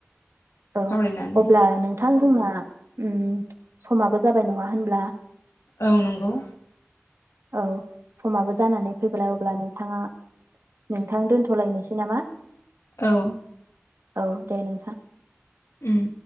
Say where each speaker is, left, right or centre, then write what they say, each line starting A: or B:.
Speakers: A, on the right; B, on the left.
A: औ
B: सावरायनानै
A: अब्ला नोंथां। जोंना उम समाबो जाबाय नङा होनब्ला।
B: औ नंगौ।
A: औ। समाबो जानानै फैब्लाय अब्ला नों नोंथाङा नोंथां दोनथ'लायनोसै नामा?
B: औ।
A: औ दे नोंथां।
B: उम।